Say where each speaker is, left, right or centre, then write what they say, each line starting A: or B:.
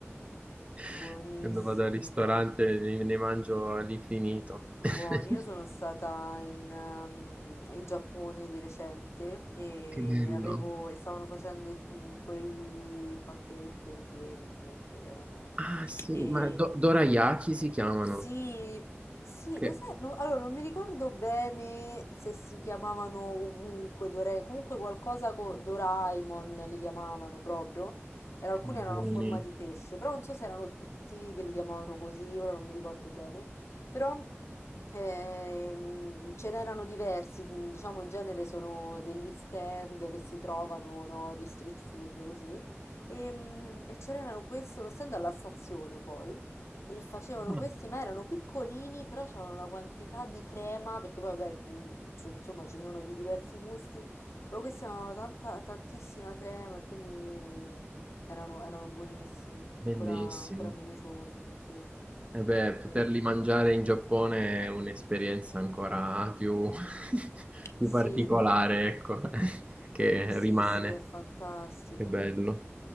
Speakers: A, on the right; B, on the left.
A: <laughs>
B: buonissimi.
A: quando vado al ristorante ne, ne mangio all'infinito. <laughs>
B: Buoni, io sono stata in, ehm, in Giappone di recente e,
A: Che bello.
B: avevo, e stavano facendo mm, quei pancake ripieni, appunto, che erano...
A: Ah, sì,
B: E,
A: ma do- dorayaki si chiamano.
B: sì, sì,
A: Che,
B: lo sai, no- allora non mi ricordo bene se si chiamavano ovunque, Dore- comunque qualcosa con Doraemon li chiamavano proprio, e alcuni
A: che buoni.
B: erano a forma di pesce, però non so se erano tutti che li chiamavano così, ora non mi ricordo bene. Però ehm, ce n'erano diversi, diciamo in genere sono degli stand che si trovano, no, di street food così. Ehm, E, c'erano questo, uno stand alla stazione poi, e facevano
A: Ah,
B: questi, ma erano piccolini, però c'avevano una quantità di crema, perché poi vabbè, mm, ci- insomma ci sono di diversi gusti, però questi avevano tanta, tantissima crema e quindi erano, erano buonissimi,
A: Bellissimo.
B: ancora, ancora me li sogno, sì.
A: E beh, poterli
B: E-
A: mangiare in Giappone è un'esperienza ancora più, <laughs> più
B: Sì,
A: particolare, ecco, <laughs> che
B: sì,
A: rimane.
B: sì, è fantastico.
A: Che bello.